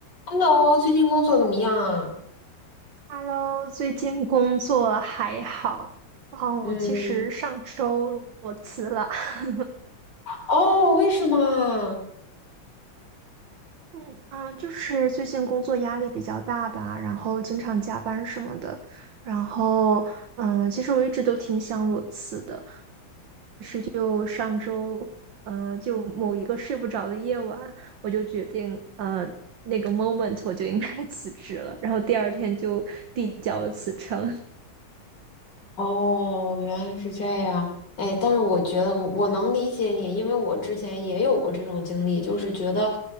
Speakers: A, on the left; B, on the right.
A: Hello，最近工作怎么样啊？
B: Hello，最近工作还好？哦，
A: 嗯，
B: 我其实上周裸辞了。<laughs>
A: 哦，为什么啊？
B: 嗯啊，就是最近工作压力比较大吧，然后经常加班什么的。然后，嗯，其实我一直都挺想裸辞的。就上周，嗯，就某一个睡不着的夜晚，我就决定，呃，那个 moment 我就应该 <laughs> 辞职了。然后第二天就递交了辞呈。
A: 哦，原来是这样。哎，但是我觉得我我能理解你，因为我之前也有过这种经历，就是觉得